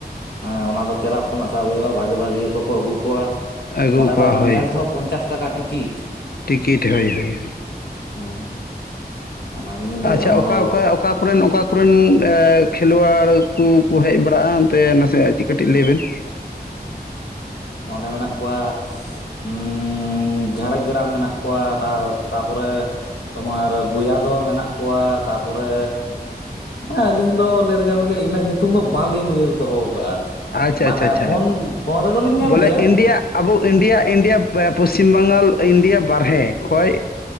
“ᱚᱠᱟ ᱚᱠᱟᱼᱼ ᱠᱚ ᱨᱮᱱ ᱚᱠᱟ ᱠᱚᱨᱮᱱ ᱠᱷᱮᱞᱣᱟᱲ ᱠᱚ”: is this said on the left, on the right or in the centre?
Left